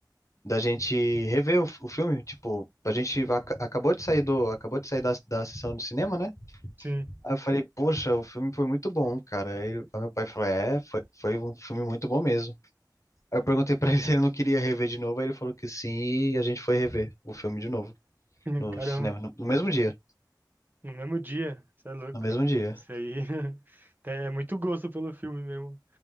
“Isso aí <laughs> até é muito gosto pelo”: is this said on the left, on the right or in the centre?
Right